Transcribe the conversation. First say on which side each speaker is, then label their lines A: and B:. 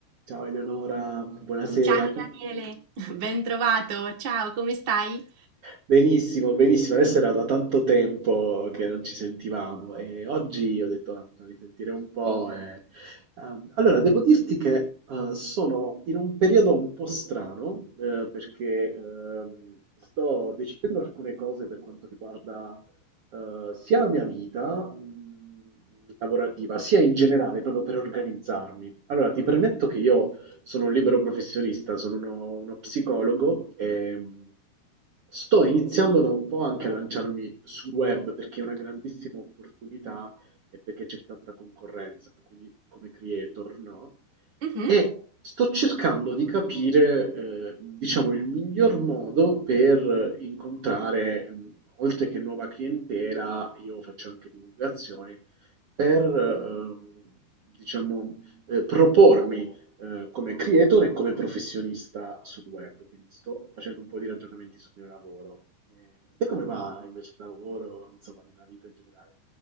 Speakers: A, on the right (about 65°); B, on the right (about 45°).
A: Ciao Eleonora, buonasera.
B: Ciao
A: Com-
B: Daniele, <laughs> Ben trovato, ciao, come stai?
A: Benissimo, benissimo. Adesso era da tanto tempo che non ci sentivamo e oggi ho detto, ah, fammi sentire un po'. e- Ehm, Allora, devo dirti che eh, sono in un periodo un po' strano eh, perché ehm, sto decidendo alcune cose per quanto riguarda eh, sia la mia vita mh, lavorativa, sia in generale, proprio per organizzarmi. Allora, ti permetto che io sono un libero professionista, sono uno, uno psicologo e sto iniziando da un po' anche a lanciarmi sul web perché è una grandissima opportunità e perché c'è tanta concorrenza, quindi come creator, no?
B: Mhm.
A: E sto cercando di capire, eh, diciamo, il miglior modo per incontrare, mh, oltre che nuova clientela, io faccio anche divulgazione, per, ehm, diciamo, eh, propormi, eh, come creator e come professionista sul web. Quindi sto facendo un po' di ragionamenti sul mio lavoro. Eh, te come va invece il lavoro, insomma, nella vita in generale?